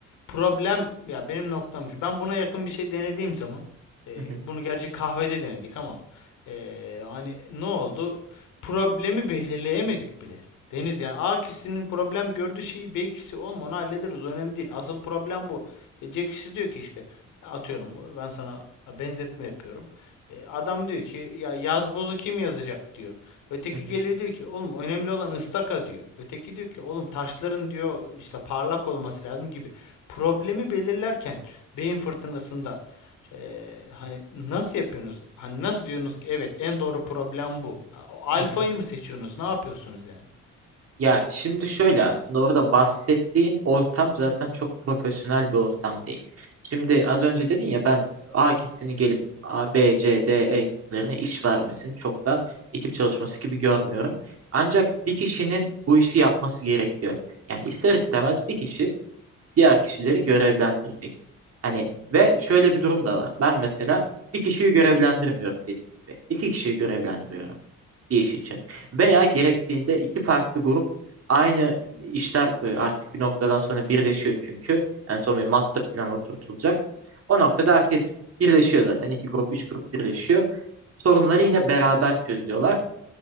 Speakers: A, on the left (about 85°); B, on the right (about 55°).
A: problem ya benim noktam şu. Ben buna yakın bir şey denediğim zaman eee,
B: hı hı,
A: bunu gerçi kahvede denedik ama eee, hani ne oldu? Problemi belirleyemedik bile. Deniz yani A kişisinin problem gördüğü şeyi B kişisi olma onu hallederiz. O önemli değil. Asıl problem bu. E, Jack işte diyor ki işte atıyorum ben sana benzetme yapıyorum. E, adam diyor ki ya yazbozu kim yazacak diyor. Öteki
B: hı hı,
A: geliyor
B: hı hı,
A: diyor ki oğlum önemli olan ıstaka diyor. Öteki diyor ki oğlum taşların diyor işte parlak olması lazım gibi. Problemi belirlerken beyin fırtınasında e, hani nasıl yapıyorsunuz? Hani nasıl diyorsunuz ki evet en doğru problem bu. Alfayı
B: hı hı.
A: mı seçiyorsunuz? Ne yapıyorsunuz yani?
B: Ya şimdi şöyle aslında orada bahsettiğin ortam zaten çok profesyonel bir ortam değil. Şimdi az önce dedin ya ben A kişisini gelip A, B, C, D, E kişilerine iş vermesini çok da ekip çalışması gibi görmüyorum. Ancak bir kişinin bu işi yapması gerekiyor. Yani ister istemez bir kişi diğer kişileri görevlendirecek. Hani ve şöyle bir durum da var. Ben mesela bir kişiyi görevlendirmiyorum dediğim gibi. İki kişiyi görevlendiriyorum bir iş için. Veya gerektiğinde iki farklı grup aynı işler e, artık bir noktadan sonra birleşiyor çünkü. En son bir master plan oturtulacak. O noktada herkes birleşiyor zaten. İki grup, üç grup birleşiyor. Sorunları yine beraber çözüyorlar.